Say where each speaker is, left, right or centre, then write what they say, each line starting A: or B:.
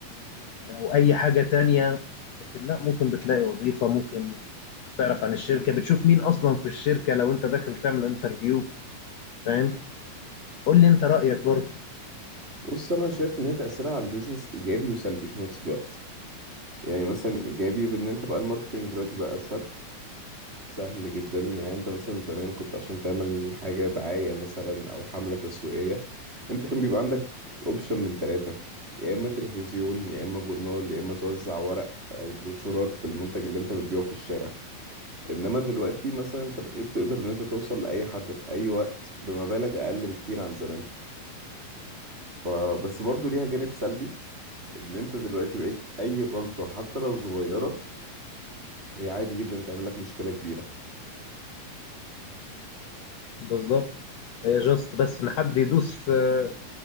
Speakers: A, on the left; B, on the right.
A: او اي حاجه تانية لكن لا ممكن بتلاقي وظيفه ممكن تعرف عن الشركه بتشوف مين اصلا في الشركه لو انت داخل تعمل انترفيو فاهم قول لي انت رايك برضه
B: بص انا شايف ان هي تأثيرها على البيزنس ايجابي وسلبي في نفس الوقت يعني مثلا ايجابي بان انت بقى الماركتنج دلوقتي بقى اسهل سهل جدا يعني انت مثلا زمان كنت عشان تعمل حاجة دعاية مثلا او حملة تسويقية انت كان بيبقى عندك اوبشن من ثلاثة يا اما تلفزيون يا اما جورنال يا اما توزع ورق او بروشورات بالمنتج اللي انت بتبيعه في الشارع انما دلوقتي مثلا انت بقيت تقدر ان انت توصل لاي حد في اي وقت بمبالغ اقل بكتير عن زمان فبس برضو ليها جانب سلبي ان انت دلوقتي بقيت اي غلطة حتى لو صغيرة هي عادي جدا تعمل لك مشكلة كبيرة
A: بالظبط هي جاست بس ان حد يدوس آه،